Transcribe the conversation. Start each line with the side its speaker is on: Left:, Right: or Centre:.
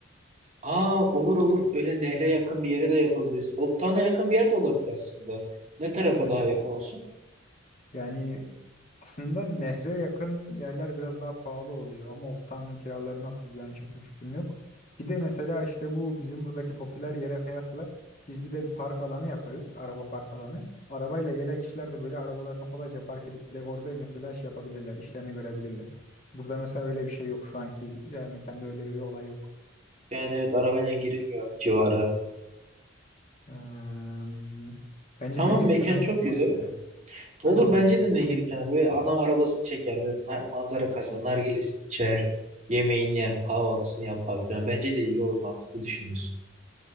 Right: Aa olur olur. Öyle nehre yakın bir yere de yapabiliriz. Oltana yakın bir yer de olabilir aslında. Ne tarafa
Left: Evet
Right: daha
Left: evet.
Right: yakın olsun?
Left: Yani Aslında nehre yakın yerler biraz daha pahalı oluyor ama Old Town'un kiraları nasıl yani çok bir fikrim yok. Bir de mesela işte bu bizim buradaki popüler yere kıyasla biz bir de bir park alanı yaparız. Araba park alanı. Arabayla gelen kişiler de böyle arabalarını kolayca park edip direkt orada mesela şey yapabilirler. işlerini görebilirler. Burada mesela öyle bir şey yok şu anki yani mekanda öyle bir olay yok.
Right: Yani evet arabayla girilmiyor civara.
Left: Eee, bence
Right: Tamam
Left: nehir
Right: mekan
Left: kenarı
Right: çok
Left: çok mantıklı
Right: güzel.
Left: ya.
Right: Olur
Left: Aynı mekan.
Right: bence de nehir kenarı ve adam arabasını çeker ve nar- manzara karşısında nargilesini içer, yemeğini yer, kahvaltısını yapar falan. Bence de iyi olur mantıklı düşünüyorsun.